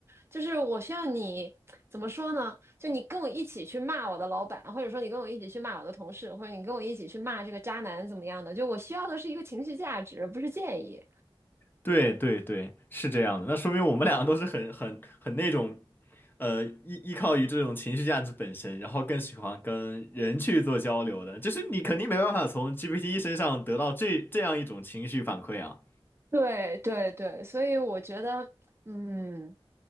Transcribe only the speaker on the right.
就是我需要你怎么说呢？就你跟我一起去骂我的老板，或者说你跟我一起去骂我的同事，或者你跟我一起去骂这个渣男怎么样的？就我需要的是一个情绪价值，不是建议。
对对对，所以我觉得。嗯，